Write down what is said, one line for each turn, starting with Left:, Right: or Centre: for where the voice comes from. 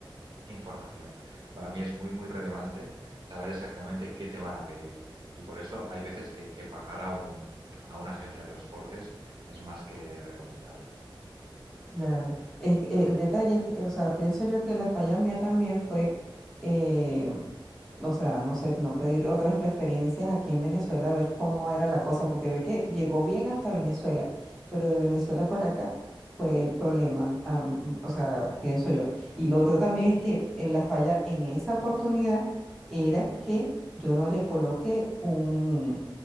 Right: información. Para mí es muy, muy relevante saber exactamente qué te van a pedir. Y por eso hay veces que, que pagar a, un, a una agencia de transportes es más que recomendable.
Centre: claro. Es, el detalle es, eh, o sea, pienso yo que la falla mía también fue... eh, o sea, no sé, no pedir otras referencias aquí en Venezuela, a ver cómo era la cosa, porque ve que llegó bien hasta Venezuela, pero de Venezuela para acá fue el problema, ah, mm, o sea, pienso yo. Y lo otro también es que eh, la falla en esa oportunidad era que yo no le coloqué un,